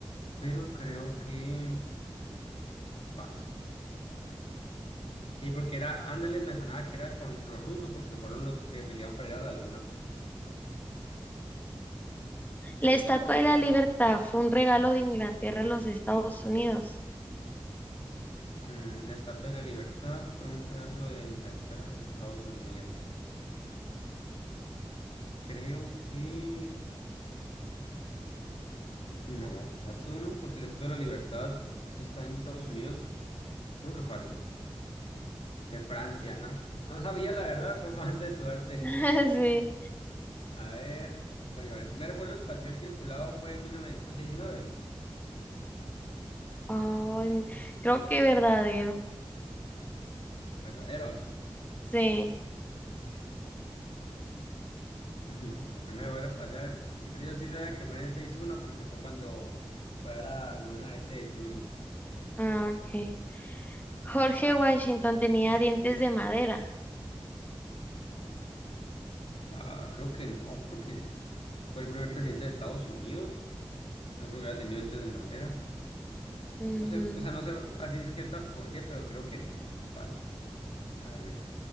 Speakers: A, on the left; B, on the left.
A: pero creo que falso. Sí, porque era, ándale, me sonaba que era con los rusos, porque fueron los que pelearon para ir a la luna, pues.
B: La Estatua de la Libertad fue un regalo de Inglaterra a los Estados Unidos.
A: Mm, la Estatua de la Libertad fue un regalo de Inglaterra a los Estados Unidos. Creo que... No, falso, ¿no? Porque la Estatua de la Libertad está en Estados Unidos. Creo que falso. De Francia, ¿no? No sabía, la verdad, fue <laughs> más de suerte.
B: <laughs> Sí.
A: <laughs> A ver, oye, el primer vuelo espacial tripulado fue en mil novecientos seis nueve
B: Oh, creo que verdadero.
A: Verdadero.
B: Sí.
A: <laughs> No, el primer vuelo espacial. Y yo sí sabía que fue en el seis uno porque fue cuando fue a la luna este de Yuri.
B: Ah, ok. Jorge Washington tenía dientes de madera.
A: Ah, creo que no, porque fue el primer presidente de Estados Unidos. No creo que haya tenido dientes de madera.
B: Ujú.
A: No sé, o sea, no sé a ciencia cierta por qué, pero creo que no. Falso. Ah, sí.